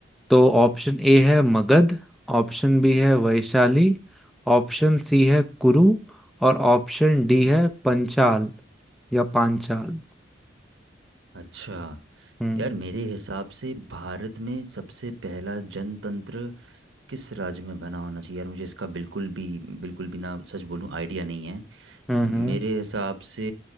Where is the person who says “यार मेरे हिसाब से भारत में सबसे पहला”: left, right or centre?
Right